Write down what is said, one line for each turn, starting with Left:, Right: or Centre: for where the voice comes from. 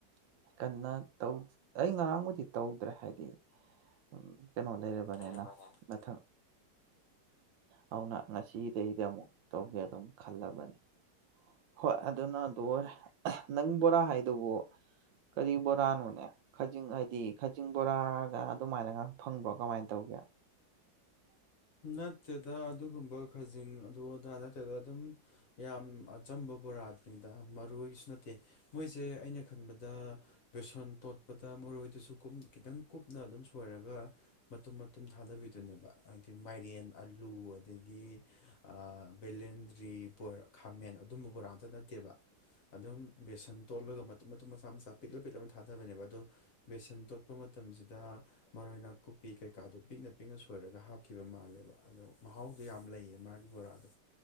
Right: ꯀꯟꯅ ꯇꯧ ꯑꯩ ꯉꯔꯥꯡꯕꯨꯗꯤ ꯇꯧꯗ꯭ꯔꯦ ꯍꯥꯏꯗꯤ ꯑꯝ ꯀꯩꯅꯣ ꯂꯩꯔꯕꯅꯤꯅ
Left: ꯂꯩꯔꯕꯅꯦ
Right: ꯃꯊꯪ ꯑꯗꯨꯅ ꯉꯁꯤꯗꯒꯤꯗ ꯑꯃꯨꯛ ꯇꯧꯒꯦ ꯑꯗꯨꯝ ꯈꯜꯂꯕꯅꯤ ꯍꯣꯏ ꯑꯗꯨꯅ ꯑꯗꯨ ꯑꯣꯏꯔꯦ ꯅꯪ ꯕꯣꯔꯥ ꯍꯥꯏꯗꯨꯕꯨ ꯀꯔꯤ ꯕꯣꯔꯥꯅꯣꯅꯦ ꯈꯖꯤꯡ ꯍꯥꯏꯗꯤ ꯈꯖꯤꯡ ꯕꯣꯔꯥꯒ ꯑꯗꯨꯃꯥꯏꯅꯒ ꯐꯪꯕ꯭ꯔꯣ ꯀꯃꯥꯏꯅ ꯇꯧꯒꯦ <inaudible>
Left: ꯅꯠꯇꯦꯗ ꯑꯗꯨꯒꯨꯝꯕ ꯈꯖꯤꯡ ꯑꯗꯨ ꯑꯗꯥ ꯅꯠꯇꯦꯗ ꯑꯗꯨꯝ ꯌꯥꯝ ꯑꯆꯝꯕ ꯕꯣꯔꯥꯅꯤꯗ ꯃꯔꯣꯏꯁꯨ ꯅꯠꯇꯦ ꯃꯣꯏꯁꯦ ꯑꯩꯅ ꯈꯟꯕꯗ ꯕꯦꯁꯣꯟ ꯇꯣꯠꯄꯗ ꯃꯔꯣꯏꯗꯨꯁꯨ ꯈꯤꯇꯪ ꯀꯨꯞꯅ ꯑꯗꯨꯝ ꯁꯣꯏꯔꯒ ꯃꯇꯨꯝ ꯃꯇꯨꯝ ꯊꯥꯗꯕꯤꯗꯨꯅꯦꯕ ꯑ ꯃꯥꯏꯔꯦꯟ ꯑꯂꯨ ꯑꯗꯒꯤ ꯑꯥ ꯕꯦꯂꯦꯟꯗ꯭ꯔꯤ ꯕꯣ ꯈꯥꯃꯦꯟ ꯑꯗꯨꯝꯕ ꯕꯣꯔꯥ ꯑꯝꯇ ꯅꯠꯇꯦꯕ ꯑꯗꯨꯝ ꯕꯦꯁꯟ ꯇꯣꯠꯂꯒ ꯃꯇꯨꯝ ꯃꯇꯨꯝ ꯃꯆꯥ ꯃꯆꯥ ꯄꯤꯛꯂꯞ ꯄꯤꯛꯂꯞꯅ ꯊꯥꯗꯕꯅꯦꯕ ꯑꯗꯣ ꯕꯦꯁꯟ ꯇꯣꯠꯄ ꯃꯇꯝꯁꯤꯗ ꯃꯔꯣꯏ ꯅꯥꯀꯨꯞꯄꯤ ꯀꯩꯀꯥꯗꯣ ꯄꯤꯛꯅ ꯄꯤꯛꯅ ꯁꯣꯏꯔꯒ ꯍꯥꯞ ꯈꯤꯕ ꯃꯥꯜꯂꯦꯕ ꯑꯗꯣ ꯃꯍꯥꯎꯗꯣ ꯌꯥꯝ ꯂꯩꯌꯦ ꯃꯥꯒꯤ ꯕꯣꯔꯥꯗꯣ